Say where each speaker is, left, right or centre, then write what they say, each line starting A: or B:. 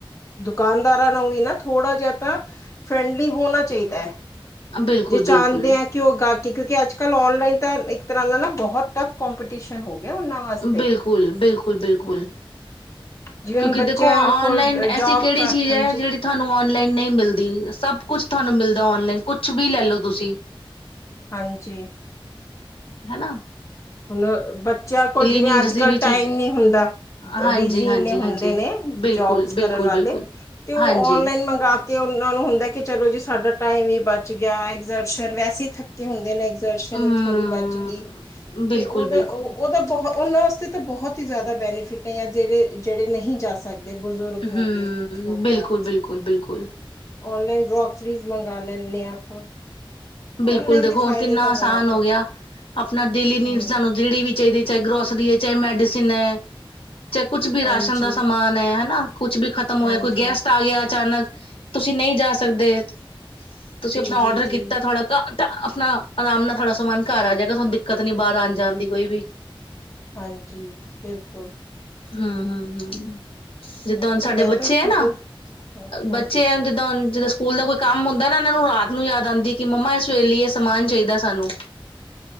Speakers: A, on the left; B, on the left.
A: ਦੁਕਾਨਦਾਰਾ ਨੂੰ ਵੀ ਨਾ ਥੋੜਾ ਜਿਹਾ ਤਾ ਫਰੈਂਡਲੀ ਹੋਨਾ ਚਾਹੀਦਾ ਐ।
B: ਬਿਲਕੁਲ
A: ਜੇ
B: ਬਿਲਕੁਲ
A: ਚਾਉਂਦੇ ਆ ਕਿ ਉਹ ਗਾਹ। ਕਿਉਂਕਿ ਅੱਜ-ਕੱਲ ਔਨਲਾਈਨ ਤਾਂ ਇੱਕ ਤਰਾ ਦਾ ਨਾ ਬਹੁਤ ਟਫ ਕੌਮਪੀਟੀਸ਼ਿਨ ਹੋ ਗਿਆ। ਉਹਨਾਂ ਵਾਸਤੇ
B: ਬਿਲਕੁਲ ਬਿਲਕੁਲ ਬਿਲਕੁਲ।
A: ਹਾਂ ਜਿਵੇਂ
B: ਕਿਉਂਕਿ
A: ਹੁਣ ਬੱਚਿਆਂ
B: ਦੇਖੋ ਔਨਲਾਈਨ
A: ਕੋਲ
B: ਐਸੀ
A: ਜੋਬ
B: ਕਿਹੜੀ
A: ਕਰ
B: ਚੀਜ਼
A: ਹਾਂਜੀ
B: ਐ ਜਿਹੜੀ ਥਾਨੂੰ ਔਨਲਾਈਨ ਨਹੀ। ਮਿਲਦੀ ਸਭ ਕੁਝ ਥਾਂਨੂੰ ਮਿਲਦਾ ਔਨਲਾਈਨ ਕੁਝ ਵੀ ਲੈ ਲੋ ਤੁਸੀ।
A: ਹਾਂ ਜੀ।
B: ਹੈਨਾ।
A: ਹੁਣ ਬੱਚਿਆਂ ਕੋਲ ਜਿਵੇਂ
B: ਨੀਡਸ
A: ਅੱਜ-ਕੱਲ
B: ਦੀ ਵੀ ਚੀਜ਼
A: ਟਾਈਮ ਨੀ ਹੁੰਦਾ।
B: ਹਾਂਜੀ
A: ਬਿਜੀ
B: ਹਾਂਜੀ
A: ਇੰਨੇ
B: ਹਾਂਜੀ
A: ਹੁੰਦੇ। ਨੇ
B: ਬਿਲਕੁਲ
A: ਜੋਬਸ
B: ਬਿਲਕੁਲ
A: ਕਰਨ ਵਾਲੇ
B: ਬਿਲਕੁਲ
A: ਤੇ ਉਹ
B: ਹਾਂਜੀ
A: ਔਨਲਾਈਨ ਮੰਗਵਾ ਕੇ ਉਹਨਾ ਨੂੰ ਹੁੰਦਾ ਕਿ ਚਲੋ ਜੀ ਸਾਡਾ। ਟਾਈਮ ਵੀ ਬਚ ਗਿਆ। ਐਗਜਰਸ਼ਨ ਵੈਸੇ ਥੱਕੇ ਹੁੰਦੇ ਨੇ। ਐਗਜਰਸ਼ਨ
B: ਹੂੰ
A: ਥੋੜੀ ਬਚ ਗਈ।
B: ਬਿਲਕੁਲ
A: ਤੇ ਉਹਦਾ
B: ਬਿਲਕੁਲ
A: ਉਹ ਉਹਦਾ ਬਹੁਤ। ਉਹਨਾਂ ਵਾਸਤੇ ਤਾਂ ਬਹੁਤ ਹੀ ਜਿਆਦਾ ਬੈਨੀਫਿਟ ਏ ਜਾ ਜਿਹੜੇ-ਜਿਹੜੇ ਨਹੀਂ ਜਾ ਸਕਦੇ। ਬਜ਼ੁਰਗ
B: ਹੂੰ
A: ਹੋ ਗਏ ਕੁਛ ਹੋ
B: ਬਿਲਕੁਲ,
A: ਗਿਆ
B: ਬਿਲਕੁਲ, ਬਿਲਕੁਲ।
A: ਔਨਲਾਈਨ ਗਰੋਸਰੀਜ਼ ਮੰਗਾ ਲੈਨੇ ਆ ਆਪਾਂ।
B: ਬਿਲਕੁਲ
A: ਔਨਲਾਈਨ
B: ਦੇਖੋ।
A: ਦੇ ਫਾਇਦੇ
B: ਕਿੰਨਾ
A: ਤਾਂ
B: ਆਸਾਨ
A: ਬਹੁਤ
B: ਹੋ
A: ਹੈ
B: ਗਿਆ। ਆਪਨੀ ਡੇਲੀ ਨੀਡਸ
A: ਹਮ
B: ਸਾਨੂੰ ਜਿਹੜੀ ਵੀ ਚਾਹੀਦੇ। ਚਾਹੇ ਗਰੋਸਰੀ ਏ, ਚਾਹੇ ਮੈਡੀਸਿਨ ਏ, ਚਾਹੇ ਕੁਝ ਵੀ ਰਾਸ਼ਨ
A: ਹਾਂਜੀ
B: ਦਾ ਸਮਾਨ ਐ। ਹੈਨਾ। ਕੁਝ ਵੀ ਖਤਮ ਹੋਏ।
A: ਹਾਂਜੀ
B: ਕੋਈ ਗੈਸਟ ਆ ਗਿਆ ਅਚਾਨਕ। ਤੁਸੀ ਨਹੀਂ ਜਾ ਸਕਦੇ। ਤੁਸੀਂ
A: ਜੀ
B: ਆਪਣਾ
A: ਜੀ
B: ਔਡਰ
A: ਜੀ।
B: ਕੀਤਾ ਤੁਹਾਡਾ ਘ ਆਪਣਾ ਆਰਾਮ ਨਾਲ ਸਾਰਾ ਸਮਾਨ ਘਰ ਆ ਗਿਆ। ਤੁਹਾਨੂੰ ਦਿੱਕਤ ਨੀ ਬਾਹਰ ਆਉਣ ਜਾਣ ਦੀ ਕੋਈ ਵੀ।
A: ਹਾਂ ਜੀ ਬਿਲਕੁਲ।
B: ਹਮ ਹਮ ਹਮ। ਜਿੱਦਾਂ
A: ਹਾਂ
B: ਹੁਣ ਸਾਡੇ
A: ਮੈਂ
B: ਬੱਚੇ
A: ਤਾਂ
B: ਹੈ
A: ਖੁਦ
B: ਨਾ।
A: ਹਾਂ, ਹਾਂਜੀ
B: ਬੱਚੇ ਆ ਜਿੱਦਾਂ ਹੁਣ ਜਿੱਦ। ਸਕੂਲ ਦਾ ਕੋਈ ਕੰਮ ਹੁੰਦਾ ਨਾ ਇਹਨਾਂ ਨੂੰ ਰਾਤ ਨੂੰ ਯਾਦ ਆਉਂਦੀ। ਕਿ ਮੰਮਾ ਇਸ ਵੇਲੇ ਸਮਾਨ ਚਾਹੀਦਾ ਸਾਨੂੰ।